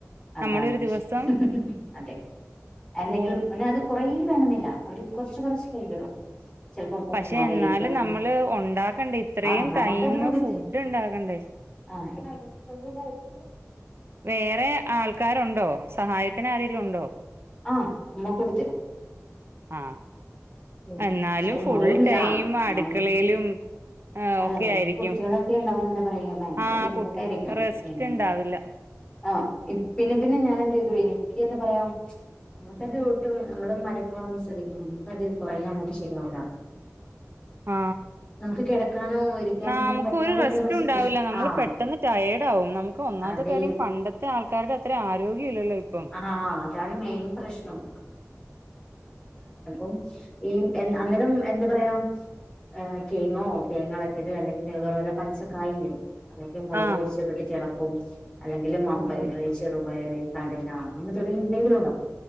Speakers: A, on the left (about 20°); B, on the right (about 50°).
A: അതാണ്
B: നമ്മുടെ ഒരു
A: പ്രശ്നം.
B: ദിവസം
A: അതെ എന്തെങ്കിലും
B: ഓ
A: പിന്നെ അത് <unintelligible> അവര് കൊറച്ച് കൊറച്ച് കഴിടും ചെല്പ്പം ഉപ്പുമവാ
B: പക്ഷെ എന്നാലും
A: യിരിക്കും
B: നമ്മള് ഒണ്ടാക്കണ്ടേ ഇത്രയും
A: ആ നമുക്ക
B: ടൈമ്
A: തപ
B: ഫുഡ് ഇണ്ടാക്കണ്ടേ
A: ആ എവിത ആച്ച
B: വേറെ ആള്ക്കാരുണ്ടോ സഹായത്തിന് അരേലുൻണ്ടൊ
A: ആഹ് ഉമ്മ കുടിത്തിരും
B: ആ
A: പക്ഷെ
B: എന്നാലും ഫുൾ ടൈം
A: ന
B: അടുക്കളയിലും
A: നമുക്ക്
B: ആഹ്
A: അല്ല
B: ഒക്കെ
A: നമക്ക്
B: ആയിരിക്കും
A: കുട്ടികളൊക്കെ ഉണ്ടാവുമ എന്താ പറയാ ഭയങ്കര
B: ആഹ്
A: ബുദ്ധിമുട്ടായിരിക്കും
B: കുട്ട് റെസ്റ്റ്
A: പിന്നെ
B: ഇണ്ടാവില്ല
A: ആ പിന്നെ പിന്നെ ഞാനെ എന്ത് ചെയ്തുയിനു എന്താ പറയാ നമുക്കത് ഒട്ടും നമ്മള് മരക്കള സ്ഥിതിക്ക് നമുക്കത് കൊറ അങ്ങോട്ട് ശരിയാവൂല
B: ആ
A: നമുക്ക് കിടക്കാനോ ഇരിക്കാനോ
B: ന
A: ഒന്നിനും
B: നമുക്ക്
A: പറ്റാണ്ടിരിക്കുന്ന
B: ഒരു റെസ്റ്റ
A: സിറ്റുവേഷൻ
B: ഉണ്ടാവില്ല നമ്മള്
A: ആഹ്
B: പെട്ടെന്ന് ടയേർഡ് ആകും നമുക്ക് ഒന്നാമത്തെ
A: അതെ
B: കാര്യം പണ്ടത്തെ ആൾക്കാരുടെ അത്ര ആരോഗ്യം ഇല്ലല്ലോ ഇപ്പം
A: ആഹ് അതാണ് മെയിൻ പ്രശ്നം ഉം ഈ എന്ന അന്നേരം എന്ത് പറയ ആ കേങ്ങോ തേങ്ങങ്ങളൊക്കെത് അല്ലെങ്കിൽ നിങ്ങൾ പറഞ്ഞ പൊലെ പച്ചക്കായില്ലേ അതൊക്കെ മുളക്
B: ആഹ്
A: പൊടിച ജെളം <unintelligible> അല്ലെങ്കില് മമ്പയറ്
B: ഓഹ്
A: ചെറു പയറ് കടല അങ്ങനെ തുടങ്ങി എന്തെങ്കിലും ഇടാ